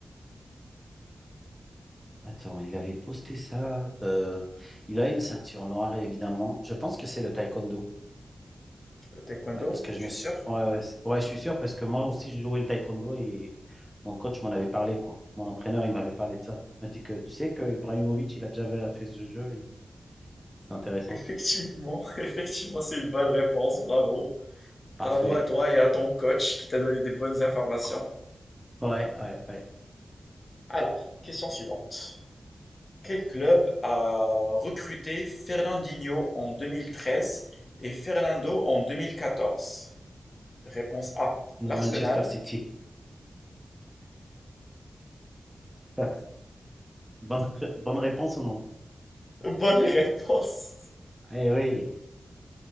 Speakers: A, in the centre; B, on the left.
A: Attends, il avait posté ça. euh, il a une ceinture noire, évidemment. Je pense que c'est le taekwondo.
B: Le taekwondo,
A: Ouais, parce que je
B: tu
A: me suis.
B: es sûr?
A: Ouais, ouais, c'est- ouais, je suis sûr, parce que moi aussi, je jouais le taekwondo et mon coach m'en avait parlé, quoi. Mon entraîneur, il m'avait parlé de ça. Il m'a dit que tu sais que Ibrahimovic, il a déjà fait ce jeu et c'est intéressant.
B: Effectivement, <laughs> effectivement, c'est une bonne réponse. Bravo. Bravo
A: Parfait.
B: à toi et à ton coach qui t'a donné des bonnes informations.
A: Ouais, ouais, ouais.
B: Alors, question suivante. Quel club a recruté Fernandinho en 2013 et Fernando en 2014? Réponse A, l'Arsenal.
A: Manchester City. <laughs> Bonne, bonne réponse ou non?
B: Bonne réponse.
A: Eh oui.